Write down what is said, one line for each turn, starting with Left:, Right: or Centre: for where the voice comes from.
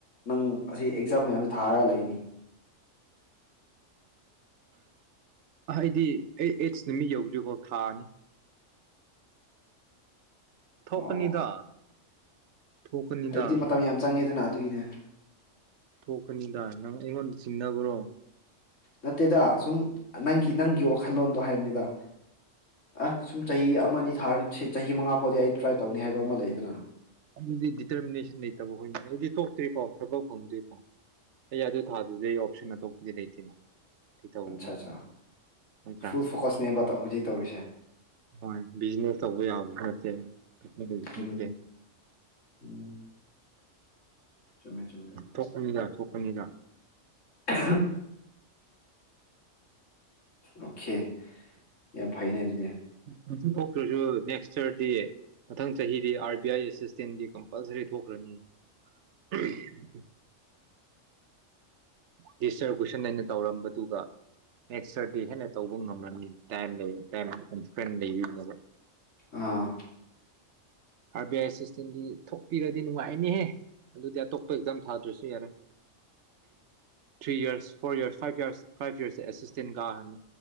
Left: ꯅꯪ ꯑꯁꯤ ꯑꯦꯛꯖꯥꯝ ꯃꯌꯥꯝꯁꯤ ꯊꯥꯔꯒ ꯂꯩꯅꯤ
Right: ꯑꯩꯗꯤ ꯑꯩ ꯑꯩꯠꯁ ꯅꯨꯃꯤꯠ ꯌꯧꯗ꯭ꯔꯤꯐꯥꯎ ꯊꯥꯅꯤ ꯊꯣꯛꯀꯅꯤꯗ
Left: ꯑꯣ
Right: ꯊꯣꯛꯣꯛꯀꯅꯤꯗ
Left: ꯍꯥꯏꯕꯗꯤ ꯃꯇꯝ ꯌꯥꯝ ꯆꯪꯉꯦꯗꯅ ꯑꯗꯨꯒꯤꯅꯦ
Right: ꯊ‌ꯣꯛ ꯀꯅꯤ ꯅꯪ ꯑꯩꯃꯣꯟ ꯆꯤꯡꯅꯒꯔꯣ
Left: ꯅꯠꯇꯦꯗ ꯁꯨꯝ ꯅꯪꯒꯤ ꯅꯪꯒꯤ ꯋꯥꯈꯜꯂꯣꯟꯗꯣ ꯍꯥꯏꯕꯅꯤꯗ ꯑ ꯁꯨꯝ ꯆꯍꯤ ꯑꯃꯅꯤ ꯊꯥꯔꯅꯤ ꯁꯤꯠ ꯆꯍꯤ ꯃꯉꯥ ꯐꯥꯎꯗꯤ ꯑꯩ ꯇ꯭ꯔꯥꯏ ꯇꯧ ꯅꯤ ꯍꯥꯏꯕ ꯑꯃ ꯂꯩꯗꯅ
Right: ꯑꯗꯨꯗꯤ ꯗꯤꯇꯔꯃꯤꯅꯦꯁꯟ ꯂꯩꯇꯕ ꯍꯣꯏꯅꯅꯦ ꯑꯩꯗꯤ ꯊꯣꯛꯇ꯭ꯔꯤꯐꯥꯎ ꯊꯕꯛ ꯐꯪꯗ꯭ꯔꯤ ꯄꯥꯎ ꯑꯩ ꯑꯗꯨ ꯊꯥꯗꯗꯤ ꯑꯩ ꯑꯣꯞꯁꯟ ꯑꯇꯣꯄꯗꯤ ꯂꯩꯇꯦꯅ ꯀꯩ ꯇꯧꯔꯨꯅꯤ
Left: ꯑꯆꯥ ꯑꯆꯥ
Right: ꯅꯠꯇ꯭ꯔꯥ
Left: ꯐꯨꯜ ꯐꯣꯀ꯭ꯁꯅꯤꯕ ꯍꯧꯖꯤ ꯇꯧꯔꯤꯁꯦ
Right: ꯍꯣꯏ ꯕꯤꯖꯤꯅꯦꯁ ꯇꯧꯕ ꯌꯥꯕꯗꯤ ꯅꯠꯇꯦ ꯅꯠꯇꯦ
Left: ꯎꯝ ꯎꯝ ꯆꯨꯝꯃꯦ ꯆꯨꯝꯃꯦ ꯑꯗꯨ
Right: ꯊꯣꯛꯀꯅꯤꯗ ꯊꯣꯛꯀꯅꯤꯗ
Left: ꯑ ꯑꯣꯀꯦ ꯌꯥ ꯐꯥꯏꯅꯦ ꯑꯗꯨꯗꯤ
Right: ꯅ ꯊꯣꯛꯇ꯭ꯔꯁꯨ ꯅꯦꯛꯁ ꯌꯔꯗꯤ ꯃꯊꯪ ꯆꯍꯤꯗꯤ ꯑꯥꯔ ꯕꯤ ꯑꯥꯏ ꯑꯦꯁꯤꯁꯇꯦꯟꯗꯤ ꯀꯝꯄꯜꯁꯔꯤ ꯊꯣꯛꯈ꯭ꯔꯅꯤ <unintelligible> ꯗꯤꯁꯇꯔ ꯀꯣꯏꯁꯟ ꯑꯩꯅ ꯇꯧꯔꯝꯕꯗꯨꯒ ꯅꯦꯛꯁꯇꯔꯗꯦ ꯍꯦꯟꯅ ꯇꯧꯕ ꯉꯝꯂꯅꯤ ꯇꯥꯏꯝ ꯂꯩ ꯐ꯭ꯔꯦꯟ ꯂꯩꯕꯤꯕ
Left: ꯑꯥ
Right: ꯑꯥꯔ ꯕꯤ ꯑꯥꯏ ꯁꯤꯁꯇꯦꯝꯒꯤ ꯊꯣꯛꯄꯤꯔꯗꯤ ꯅꯨꯡꯉꯥꯏꯅꯦꯍꯦ ꯑꯗꯨꯗꯤ ꯑꯇꯣꯞꯄ ꯑꯦꯛꯖꯥꯝ ꯊꯥꯗ꯭ꯔꯁꯨ ꯌꯥꯔꯦ three years four years five years five ꯌꯔꯁꯁꯦ ꯑꯦꯁꯤꯁꯇꯦꯟ ꯀꯥꯈ꯭ꯔꯅꯤ